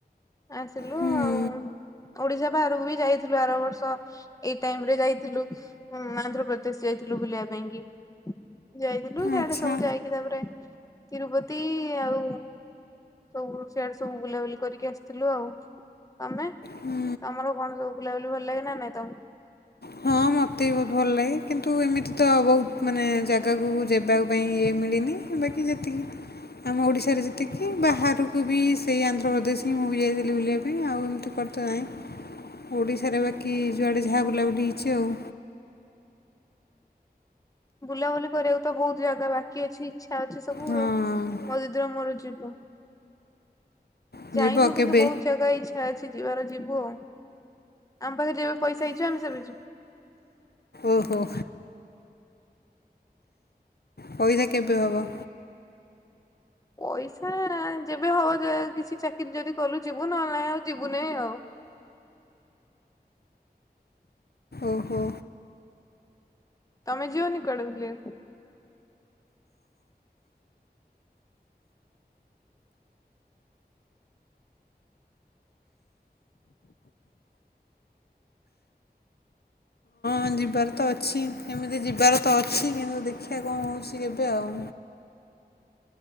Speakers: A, on the left; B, on the left.
A: ଆସିଲୁ
B: ହୁଁ
A: ଆଉ ଓଡିଶା ବାହାରକୁ ବି ଯାଇଥିଲୁ ଆର ବର୍ଷ। ଏଇ ଟାଇମରେ ଯାଇଥିଲୁ ମାନେ ଆନ୍ଧ୍ରପ୍ରଦେଶ ଯାଇଥିଲୁ ବୁଲିବା ପାଇଁ କି ଯାଇ ଥିଲୁ ସେଆଡେ
B: ଆଚ୍ଛା
A: ସବୁ ଯାଇକି ତାପରେ ତିରୁପତି ଆଉ ସବୁ ସିଆଡେ ସବୁ ବୁଲାବୁଲି କରିକି ଆସିଥିଲୁ ଆଉ। ତମେ ତମର
B: ହୁଁ
A: କଣ ସବୁ ବୁଲାବୁଲି ଭଲ ଲାଗେ ନା ନାଇଁ ତମ
B: ହଁ, ମୋତେ ବି ବହୁତ ଭଲ ଲାଗେ କିନ୍ତୁ ଏମିତି ତ ବହୁତ ମାନେ ଜାଗାକୁ ଯିବା ପାଇଁ ଇଏ ମିଳିନି। ବେକି ଯେତିକି ଆମ ଓଡ଼ିଶାରେ ଯେତିକି ବାହାରକୁ ବି ସେଇ ଆନ୍ଧ୍ରପ୍ରଦେଶ ହିଁ ମୁଁ ବି ଯାଇଥିଲି ବୁଲିବା ପାଇଁ ଆଉ ଏମିତି କୁ ତ ନାହିଁ ଓଡ଼ିଶାରେ ବାକି ଯୁଆଡ଼େ ଯାହା ବୁଲାବୁଲି ହେଇଛି ଆଉ।
A: ବୁଲାବୁଲି କରିବାକୁ ତ ବହୁତ ଜାଗା ବାକି ଅଛି ଇଛା ଅଛି ସବୁ
B: ହଁ
A: ଆଉ ମୋ ଦିଦିର ମୋର ଯିବୁ।
B: ଯିବ
A: ଯାଇନୁ
B: କେବେ
A: କିନ୍ତୁ ବହୁତ ଜାଗା ଇଚ୍ଛା ଅଛି ଯିବାର ଯିବୁ ଆଉ। ଆମ ପାଖରେ ଜି ପଇସା ହେଇଯିବ ଆମେ ସେବେ ଯିବୁ।
B: ଓହୋ। ପଇସା କେବେ ହେବ?
A: ପଇସା ଯେବେ ହବ ଯା କିଛି ଚାକିରି ଯଦି କଲୁ ଯିବୁ ନହେଲେନାହିଁ ଆଉ ଯିବୁନାହିଁ ଆଉ।
B: ଓହୋ।
A: ତମେ ଯିବନି କୁଆଡେ ବୁଲିବାକୁ?
B: ହଁ ଯିବାର ତ ଅଛି କେମିତି ଯିବାର ତ ଅଛି କିନ୍ତୁ ଦେଖିବା କଣ ହେଉଛି କେବେ ଆଉ।